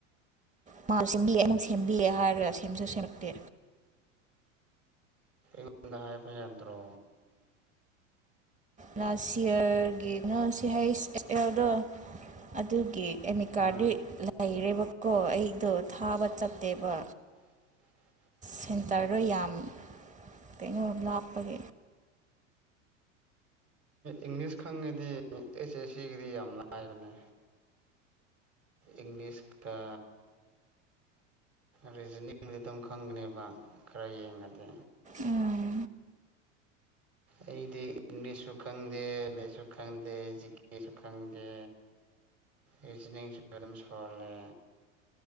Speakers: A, on the right; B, on the right.
A: ꯃꯥ ꯁꯦꯝꯕꯤꯒꯦ ꯑꯩꯃꯨꯛ ꯁꯦꯝꯕꯤꯌꯦ ꯍꯥꯏꯔꯒ ꯁꯦꯝꯁꯨ ꯁꯦꯝꯃꯛꯇꯦ
B: ꯉꯟꯅ ꯍꯥꯏꯕ ꯌꯥꯗ꯭ꯔꯣ
A: ꯂꯥꯁ ꯁꯤꯌꯥꯔꯒꯤꯅꯣ ꯁꯤ ꯍꯩꯁ ꯑꯦꯜꯗꯣ ꯑꯗꯨꯒꯤ ꯑꯦꯃꯤꯀꯥꯔꯗꯤ
B: ꯎꯝ
A: ꯂꯩꯔꯦꯕꯀꯣ ꯑꯩꯗꯣ ꯊꯥꯕ ꯆꯠꯇꯦꯕꯥ
B: <inaudible>
A: ꯁꯦꯟꯇꯔꯗꯣ
B: ꯎꯝ
A: ꯌꯥꯝ ꯀꯩꯅꯣ ꯂꯥꯞꯄꯒꯤ
B: ꯏꯪꯂꯤꯁ ꯈꯪꯉꯗꯤ ꯑꯦꯁ ꯑꯦꯁ ꯁꯤꯒꯤꯗꯤ ꯌꯥꯝ ꯂꯥꯏꯕꯅꯦ ꯏꯪꯂꯤꯁ ꯀꯥ ꯔꯤꯖꯅꯤꯡꯒꯗꯤ ꯑꯗꯨꯝ ꯈꯪꯒꯅꯦꯕꯥ ꯈꯔ ꯌꯦꯡꯉꯗꯤ
A: ꯎꯝ
B: ꯑꯩꯗꯤ ꯏꯪꯂꯤꯁꯁꯨ ꯈꯪꯗꯦ ꯂꯩꯁꯨ ꯈꯪꯗꯦ ꯖꯤꯀꯦꯁꯨ ꯈꯪꯗꯦ ꯔꯤꯖꯅꯤꯡꯁꯨ ꯑꯗꯨꯝ ꯁꯣꯜꯂꯦ